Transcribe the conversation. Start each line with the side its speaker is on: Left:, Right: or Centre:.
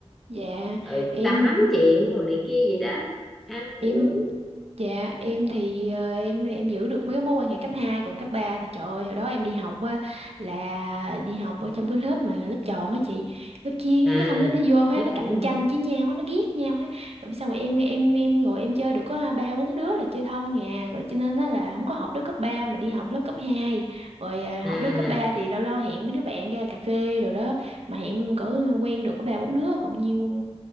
Right: dạ
Centre: rồi
Right: em
Centre: tám chuyện rồi này kia vậy đó ăn
Right: em
Centre: uống
Right: dạ em thì ờ, em em giữ được mấy cái mối quan hệ cấp hai còn cấp 3 thì trời ơi hồi đó em đi học á là đi học ở trong cái lớp mà lớp chọn á chị lớp chuyên
Centre: à
Right: á cái xong cái nó vô hết
Centre: lớp
Right: nó cạnh
Centre: thiên
Right: tranh với nhau hết nó ghét nhau hết rồi sao mà em em em ngồi em chơi được có ba bốn đứa là chơi thân nhà rồi cho nên á là không có học lớp cấp 3 mà đi học lớp cấp 2, rồi ờ, học
Centre: à
Right: lớp cấp 3 thì lâu lâu hẹn mấy đứa bạn ra cà phê rồi đó mà hẹn cỡ quen được có ba bốn đứa còn nhiều